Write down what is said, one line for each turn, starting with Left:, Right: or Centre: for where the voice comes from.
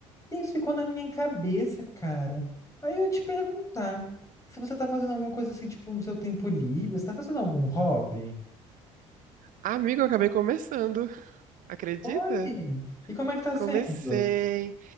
Left: e isso ficou na minha cabeça, cara. Aí eu ia te perguntar se você tá fazendo alguma coisa assim, tipo, no seu tempo livre, você tá fazendo algum hobby?
Right: Amigo, eu acabei começando. Acredita?
Left: Oi! E como é que tá sendo?
Right: Comecei.